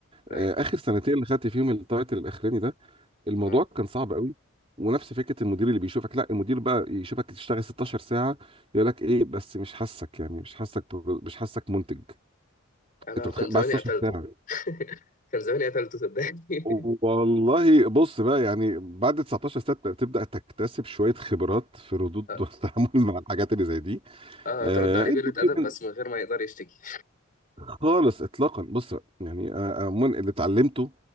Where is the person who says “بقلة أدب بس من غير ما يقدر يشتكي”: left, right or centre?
Left